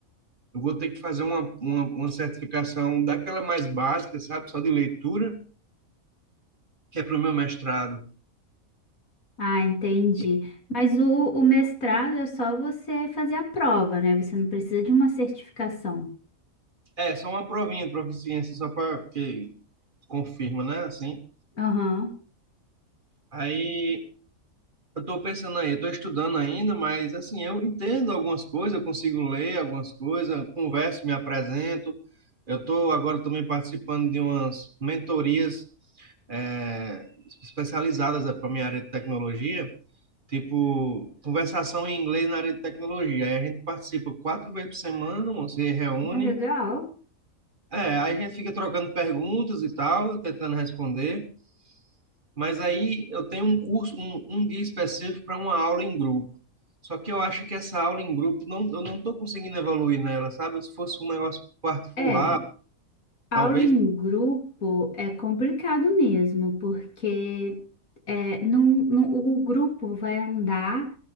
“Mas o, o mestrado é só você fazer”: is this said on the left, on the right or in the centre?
Left